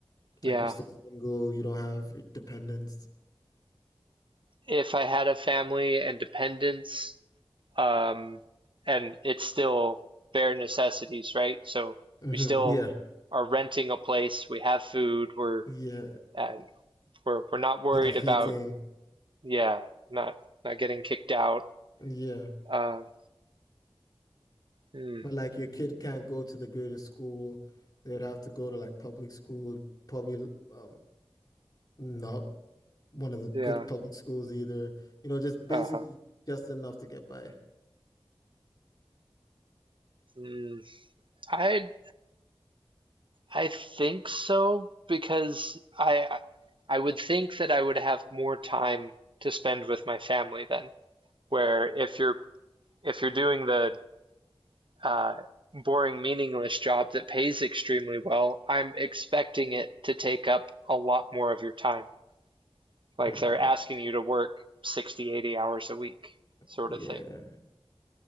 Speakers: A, on the right (about 60°); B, on the left (about 45°).
A: yeah.
B: Like you're still single, you don't have dependents.
A: if I had a family and dependents, um, and it's still bare necessities, right? So
B: hmm
A: we still
B: Yeah.
A: are renting a place, we have food, we're
B: Yeah.
A: and we're we're not worried
B: You have
A: about
B: heating.
A: yeah, not not getting kicked out.
B: Yeah.
A: Um, mm,
B: But like your kid can't go to the greatest school. They would have to go to like public school, probably um not one of the
A: yeah,
B: good public schools either. You know, just basically
A: uh-huh.
B: just enough to get by.
A: Mm, I I think so because I I would think that I would have more time to spend with my family then. Where if you're if you're doing the uh, boring, meaningless job that pays extremely well, I'm expecting it to take up a lot more of your time. Like
B: Hmm.
A: they're asking you to work 60, 80 hours a week, sort
B: Yeah.
A: of thing.